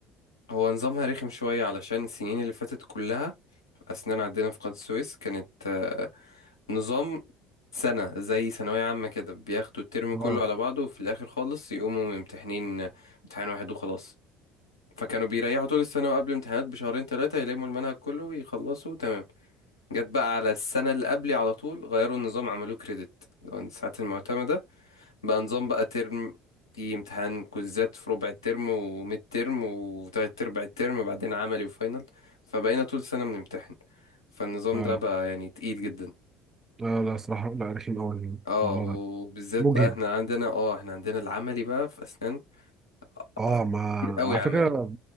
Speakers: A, on the left; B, on the right.
A: هو نظامها رخم شويه علشان السنين اللي فاتت كلها اسنان عندنا في قناة السويس كانت آه، نظام سنة زي ثانوية عامة كده بياخدوا الترم
B: اه
A: كله على بعضه وفي الآخر خالص يقوموا ممتحنين امتحان واحد وخلاص فكانوا بيريحوا طول السنة وقبل امتحانات بشهرين ثلاثة يلموا المنهج كله ويخلصوا تمام جت بقى على السنة اللي قبلي على طول غيروا النظام عملوه كريدت الساعات المعتمدة بقى نظام بقى ترم في امتحان كوزات في ربع الترم وميد ترم وتلات أرباع الترم بعدين عملي وفاينل فبقينا طول السنة بنمتحن فالنظام
B: اه
A: ده بقى يعني تقيل جدا
B: اه لا صراحه لا رخيم قوي
A: اه
B: الموضوع
A: وبالذات
B: ده مجهد
A: بقى احنا عندنا اه احنا عندنا العملي بقى في اسنان
B: اه
A: آه،
B: ما
A: كتير قوي
B: على
A: عملي
B: فكره